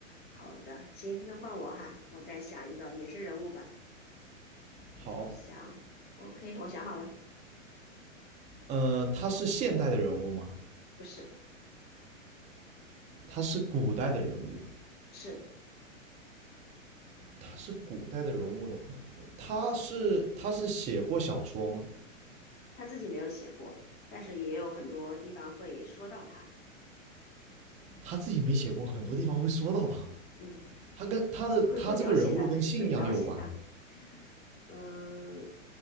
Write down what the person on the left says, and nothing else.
好的，行，那换我哈，我再想一个也是人物吧。
我想，OK，我想好了，
不是，
是
他自己没有写过，但是也有很多地方会说到他，
嗯，
会会描写他，会描写他，嗯、